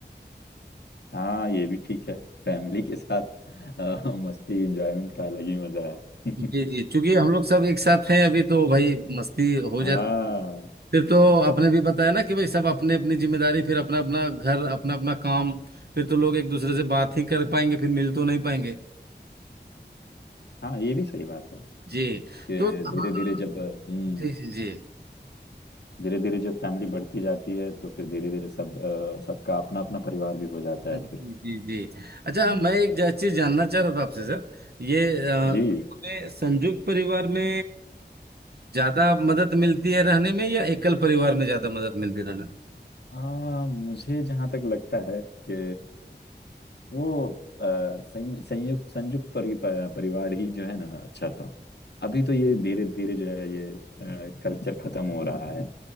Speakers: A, on the left; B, on the right.
A: हाँ ये भी ठीक है फैमिली के साथ अ, मस्ती एंजॉयमेंट का अलग ही मजा है <laughs>
B: जी जी क्योंकि हम लोग सब एक साथ हैं अभी तो भाई मस्ती हो
A: हाँ
B: जाती फिर तो आपने भी बताया ना कि भाई सब अपने अपनी जिम्मेदारी फिर अपना अपना घर अपना अपना काम फिर तो लोग एक दूसरे से बात ही कर पाएंगे फिर मिल तो नहीं पाएंगे
A: हाँ ये भी सही बात है
B: जी
A: कि
B: तो हाँ
A: धीरे धीरे जब हम्म
B: जी जी जी
A: धीरे धीरे जब फैमिली बढ़ती जाती है तो फिर धीरे धीरे सब अ, सबका अपना अपना परिवार भी हो जाता
B: जी
A: है फिर
B: जी जी। अच्छा
A: हम्म।
B: मैं एक जा- चीज जानना चाह रहा था आपसे सर ये अ,
A: जी
B: हमें संयुक्त परिवार में ज्यादा मदद मिलती है रहने में या एकल परिवार में ज्यादा मदद मिलती है रहने में?
A: आ, मुझे जहाँ तक लगता है कि वो अ, संयु- संयुक्त संयुक्त परि, प- परिवार ही जो है ना अच्छा था अभी तो ये धीरे धीरे जो है ये कल्चर खत्म हो रहा है